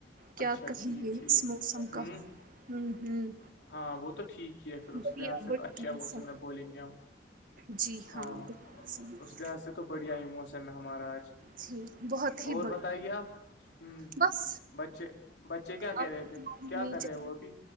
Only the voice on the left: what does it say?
اچھا
ٹھیک
ٹھیک
ہوں
ہاں وہ تو ٹھیک ہی ہے پھر اس
لحاظ سے
تو اچھے
موسن میں بولیں گے ہم
ہاں
اس لحاظ سے تو بڑھیا ہی موسم ہے ہمارا آج
اور
بتائیے آپ ہوں
بچے بچے کیا کہہ
رہے تھے کیا
کر رہے وہ ابھی